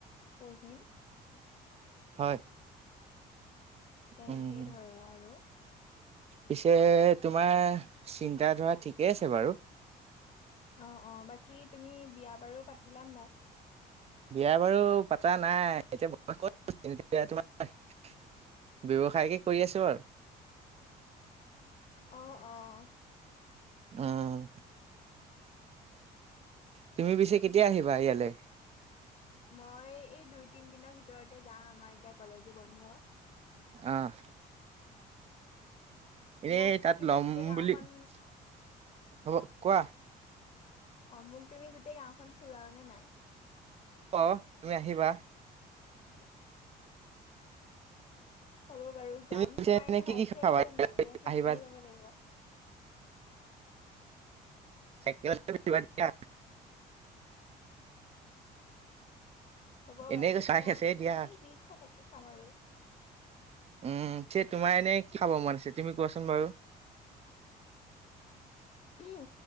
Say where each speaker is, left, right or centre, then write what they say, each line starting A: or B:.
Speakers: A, on the left (about 45°); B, on the right (about 40°).
A: পঢ়িম।
B: হয়।
A: তেনেকেই
B: উম,
A: ধৰা আৰু।
B: পিছে তোমাৰ চিন্তা- ধৰা ঠিকেই আছে বাৰু।
A: অহ - অহ বাকী তুমি বিয়া বাৰু পাতিলা নে নাই?
B: বিয়া -বাৰু পাতা নাই এতিয়া <unintelligible> তোমাৰ। ব্যবসায়কে কৰি আছো বাৰু।
A: অ', - অ',
B: উম তুমি পিছে কেতিয়া আহিবা ইয়ালে?
A: মই এই দুই -তিনি দিনৰ ভিতৰতে যাম আমাৰ এতিয়া কলেজো বন্ধ।
B: আহ এ'তাত
A: মোক তুমি
B: লম
A: গোটেই গাঁওখন
B: বুলি <inaudible> হ'ব কোৱা?
A: অহ, মোক তুমি গোটেই গাওখন ফুৰাবানে নাই?
B: অহ, তুমি আহিবা।
A: <inaudible> হ'ব বাৰু
B: তুমি
A: যাম।
B: পিছে
A: তোমাৰ এনে
B: কি
A: বাইক-
B: কি খাবা
A: চাইক আছে নে নাই, নে খোজকাঢ়ি
B: আহিবা
A: যাব লাগিব?
B: চাইকেলতে উঠিবা দিয়া।
A: হ'ব
B: এনেই
A: বাৰু
B: চাহ
A: মই,
B: খাইছে দিয়া
A: তুমি যি খোৱা তাকে খাম আৰু।
B: উম, থে তোমাৰ এনে কি খাব মন আছে তুমি কোৱাচোন বাৰু?
A: উহো,